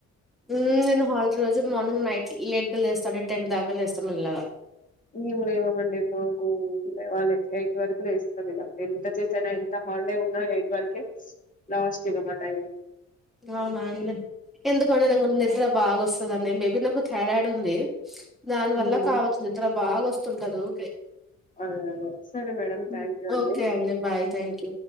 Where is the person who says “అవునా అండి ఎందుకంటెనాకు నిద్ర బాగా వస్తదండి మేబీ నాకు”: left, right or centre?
Centre